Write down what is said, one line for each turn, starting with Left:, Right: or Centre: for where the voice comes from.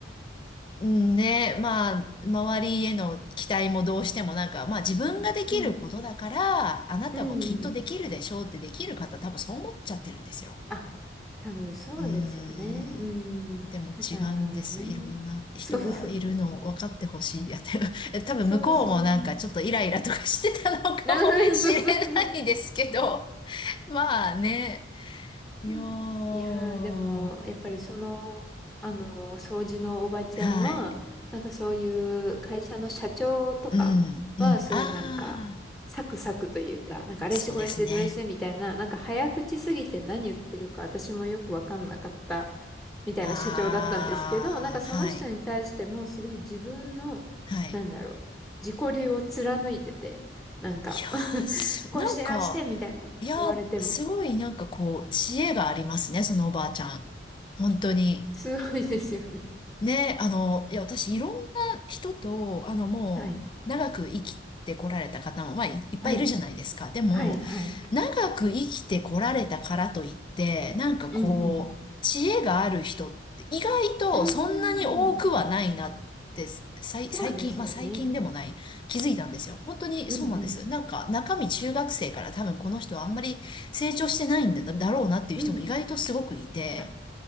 Left: うーん、ね、まあ、周りへの期待もどうしてもなんか、まあ自分ができることだから、
Centre: うん、
Left: あなたもきっとできるでしょうってできる方多分そう思っちゃってるんですよ。
Centre: うん。あ、多分そうですよね。
Left: うーん。
Centre: うん。
Left: でも違うんです。
Centre: だからね、
Left: いろんな人がいるのを分かってほしい。
Centre: そうそう、
Left: やって <laughs> 多分向こうもなんかちょっとイライラとかしてたのかもしれないですけど。
Centre: そうそう。な <laughs> そうそうそう。
Left: まあね。いやー。
Centre: うんいやー、でも、やっぱりその、あの、掃除のおばちゃんは、
Left: はい。
Centre: なんかそういう会社の社長とかは、
Left: うん、うん。
Centre: すごいなんか、
Left: ああ、
Centre: サクサクというか、なんかあれしてこれしてどれしてみたいな、
Left: そうですね。
Centre: なんか早口すぎて何言ってるか私もよくわかんなかったみたいな社長だったんですけど、
Left: ああ、
Centre: なんかその人に対してもすごい自分の、
Left: はい、はい。
Centre: なんだろう、自己流を貫いてて、なんか
Left: いやー、
Centre: <laughs>
Left: すなんか、
Centre: こうしてああしてみたいな言われても。
Left: いやー、すごいなんかこう、知恵がありますね、そのおばあちゃん。本当に。
Centre: すごいですよね。
Left: ね、あの、いや、私、いろんな人と、あの、もう、
Centre: はい。
Left: 長く生きてこられた方も、まあ、いいっぱいいるじゃないですか。
Centre: はい。
Left: でも、
Centre: はい。はい。
Left: 長く生きてこられたからといって、なんかこう、
Centre: うんうん。
Left: 知恵がある人って意外とそんなに多くはないなって、
Centre: うーん。
Left: さい、
Centre: そうですよね。
Left: 最近、まあ最近でもない、気づいたんですよ。本当にそうなんです。
Centre: うんうん。
Left: なんか中身中学生から多分この人はあんまり成長してないんだ、だろうなっていう人も意外とすごくいて、
Centre: うん。あ、